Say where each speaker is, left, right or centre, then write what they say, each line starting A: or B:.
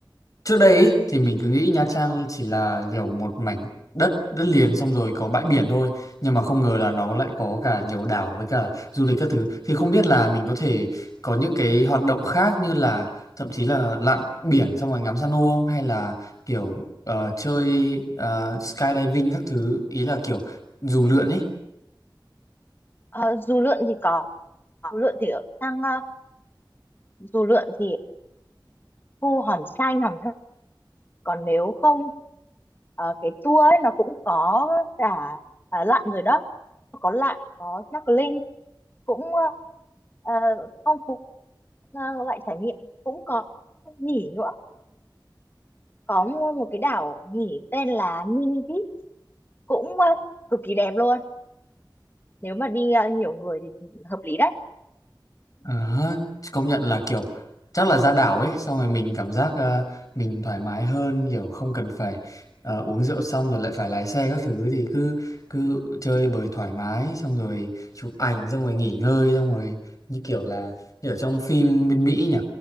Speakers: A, on the left; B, on the left.
A: Trước đây ý, thì mình cứ nghĩ Nha Trang chỉ là kiểu một mảnh đất đất liền xong rồi có bãi biển thôi nhưng mà không ngờ là nó lại có cả nhiều đảo với cả du lịch các thứ thì không biết là mình có thể có những cái hoạt động khác như là thậm chí là lặn biển xong rồi ngắm san hô không hay là kiểu ờ, chơi ờ, skydiving các thứ ý là kiểu dù lượn ấy
B: uh, dù lượn thì có dù lượn thì ở sang ờ, dù lượn thì khu Hòn Xanh Hòn Thơm còn nếu không ờ, cái tour ấy nó cũng có cả à, lặn rồi đó có lặn có snorkeling cũng ờ, phong phú ờ, loại trải nghiệm cũng có nghỉ nữa có mua một cái đảo nghỉ tên là Mini Beach cũng ờ, cực kỳ đẹp luôn nếu mà đi ờ, nhiều người thì hợp lý đấy
A: Ờ, công nhận là kiểu chắc là ra đảo ấy xong rồi mình cảm giác ờ, mình thoải mái hơn kiểu không cần phải ờ, uống rượu xong rồi lại phải lái xe các thứ thì cứ cứ chơi bời thoải mái xong rồi chụp ảnh xong rồi nghỉ ngơi xong rồi như kiểu là như ở trong phim bên Mỹ nhỉ